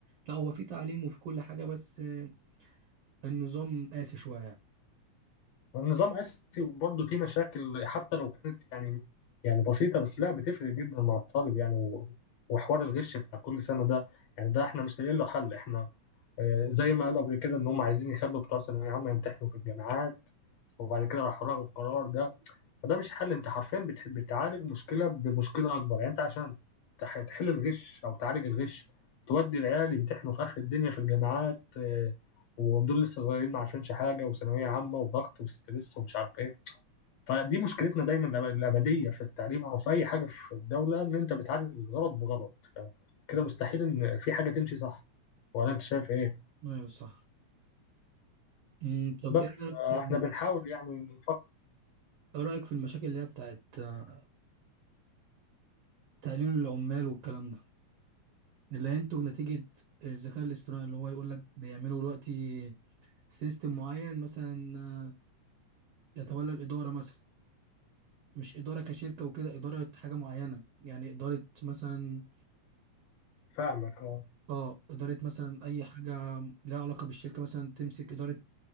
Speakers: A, on the right; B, on the left.
A: لا هو في تعليم وفي كل حاجة بس آه، النظام قاسي شوية يعني
B: والنظام قاسي وبرضه فيه مشاكل حتى لو كانت يعني يعني بسيطة بس لا بتفرق جدا مع الطالب يعني و- وحوار الغش بتاع كل سنة ده يعني ده احنا مش لاقيين له حل احنا آه، زي ما قالوا قبل كده ان هم عايزين يخلوا بتوع ثانويه عامه يمتحنوا في الجامعات وبعد كده راحوا لغوا القرار ده فده مش حل انت حرفيا بت- بتعالج مشكله بمشكله اكبر يعني انت عشان تح- تحل الغش او تعالج الغش تودي العيال يمتحنوا في اخر الدنيا في الجامعات آه، ودول لسه صغيرين ما عارفينش حاجه وثانويه عامه وضغط وستريس ومش عارف ايه فدي مشكلتنا دايما الأب- الابديه في التعليم او في اي حاجه في الدوله ان انت بتعالج غلط بغلط ف- كده مستحيل ان في حاجه تمشي صح ولا انت شايف ايه
A: ايوه صح مم، طب
B: بس
A: ايه رأيك
B: آه،
A: ايه
B: احنا بنحاول يعني نفكر
A: رأيك في المشاكل اللي هي بتاعت آه، تقليل العمال والكلام ده اللي هينتج نتيجة الذكاء الاصطناعي اللي هو يقول لك بيعملوا دلوقتي سيستم معين مثلا آه، يتولى الإدارة مثلا مش إدارة كشركة وكده إدارة حاجة معينة يعني إدارة مثلا
B: فاهمك اه
A: اه إدارة مثلا أي حاجة لها علاقة بالشركة مثلا تمسك إدارة